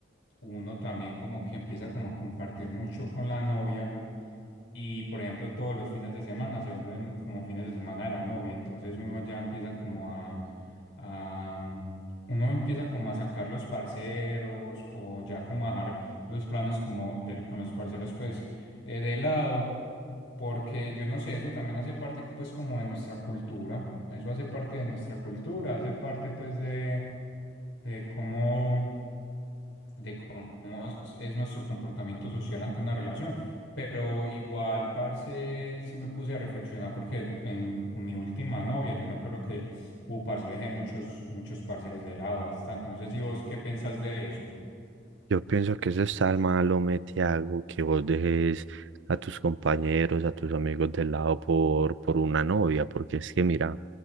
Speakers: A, on the left (about 75°); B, on the right (about 70°).
A: uno también como que empieza como a compartir mucho con la novia y por ejemplo, todos los fines de semana se vuelven como fines de semana de la novia, entonces uno ya empieza como a, a, mm, uno empieza como a sacar los parceros o ya como a dejar los planes como de, lo- con los parceros pues eh, de lado, porque yo no sé, eso también hace parte co- pues como de nuestra cultura, eso hace parte de nuestra cultura, hace parte pues de, de cómo de cómo es, es nuestro comportamiento social ante una relación. Pero igual, parce, sí me puse a reflexionar porque en, con mi última novia, yo me acuerdo que, uh, parce, yo dejé muchos, muchos parceros de lado bastante. No sé si vos qué pensás de eso.
B: Yo pienso que eso está al malo, Metiago, que vos dejes a tus compañeros, a tus amigos de lado por, por una novia, porque es que mira,